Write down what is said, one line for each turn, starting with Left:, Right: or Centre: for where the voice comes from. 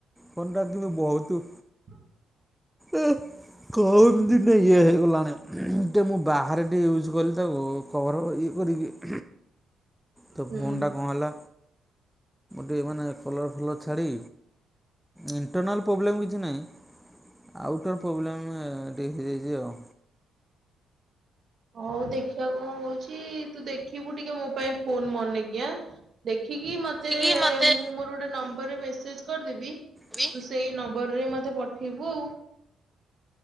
Centre: ଫୋନ ଟା କିନ୍ତୁ ବହୁତ।
Right: ହଁ।
Centre: ଏଁ କମ ଦିନେ ଇଏ ଗଲାଣି ଟିକେ ମୁଁ ବାହାରେ ଟିକେ ୟୁଜ୍ କଲି ତାକୁ କଭର ଇଏ କରିକି। ତ
Right: ହୁଁ ହୁଁ।
Centre: ଫୋନ ଟା କଣ ହେଲା ଟିକେ ମାନେ କଲର ଫଲର ଛାଡି। ଇଣ୍ଟରନାଲ ପ୍ରୋବ୍ଲେମ କିଛି ନାହିଁ। ଆଉଟର ପ୍ରୋବ୍ଲେମ ଟିକ ହେଇଯାଇଛି ଆଉ।
Right: ହଉ ଦେଖିବା କଣ ହଉଛି ତୁ ଦେଖିବୁ ଟିକେ ମୋ ପାଇଁ ଫୋନ ମନେକି ଆଁ। ଦେଖି। ଦେଖିକି ମତେ
Centre: କି ମତେ
Right: ମୁଁ ମୋର ଗୋଟେ ନମ୍ବରରେ ମେସେଜ କରିଦେବି ତୁ
Centre: ବି
Right: ସେଇ ନମ୍ ନମ୍ବର ରେ ମତେ ପଠେଇବୁ।